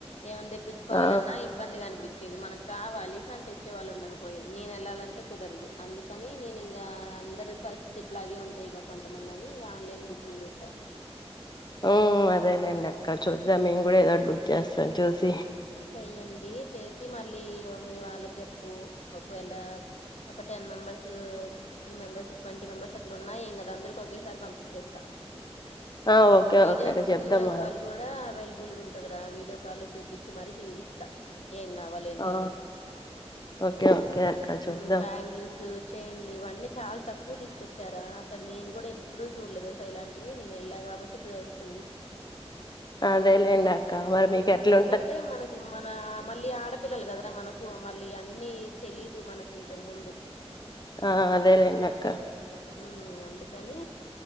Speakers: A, on the left; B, on the left.
A: ఏమన్న తెప్పించుకోవాలన్నా
B: ఆ
A: ఇబ్బందిగా అనిపిం ఇది మనకు కావాలి కానీ తెచ్చే వాళ్ళు ఉండక పోయం నేను ఎళ్ళాలంటే కుదరదు అందుకని నేను ఇంకా అందరు పరిస్థితి ఇట్లాగే ఉంటాయ్ గా కొంతమంది అని ఇగా ఆన్లైన్ బుకింగ్ బెట్టారు
B: హు హుమ్ అదేలేండి అక్క చూద్దాం మేము కూడా ఏదోటి బుక్ చేస్తాం చూసి
A: చెయ్యండి చేసి మళ్ళీ మీ వాళ్ళకి చెప్పు ఒకవేళ ఒక ten members fifteen members twenty members అట్లు ఉన్న ఏం కాదు అందరికి ఒకేసారి పంపించేస్తా
B: ఆ ఓకే
A: వీడియో
B: ఓకే అక్క చెప్దాం
A: వీడియో
B: మరి
A: కాల్ గుడా అవైలబుల్ గా ఉంటుంది కదరా వీడియో కాల్లో చూపించి మరి తియిస్తా ఏం కావాల ఏంటి
B: ఆ
A: అనేది
B: ఓకే ఓకే అక్క చూద్దాం
A: ఉమ్ బ్యాంగిల్స్ చైన్లు ఇవన్నీ చాలా తక్కువ తీసుకొచ్చారా అసలు నేను కూడా ఎప్పుడూ చూడలేదు తెలుస ఇలాంటివి నేను వెళ్ళా కాబట్టి ఇప్పుడు తెలుస్తుంది
B: అదేలేండి అక్క మరి మీకెట్లు
A: అంటే మనకు మన మళ్లీ ఆడపిల్లలు కదరా మనకు మళ్ళీ అన్నీ తెలిదు మనకి ఇంతకు ముందు
B: ఆ అదేలేండి అక్క
A: ఉమ్ అందుకని